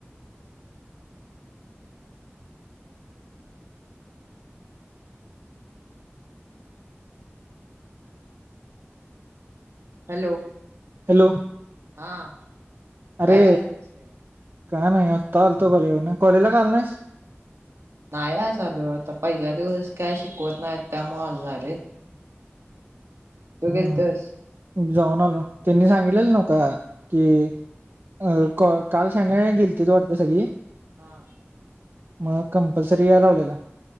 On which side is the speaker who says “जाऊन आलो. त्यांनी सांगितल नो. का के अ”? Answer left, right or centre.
Right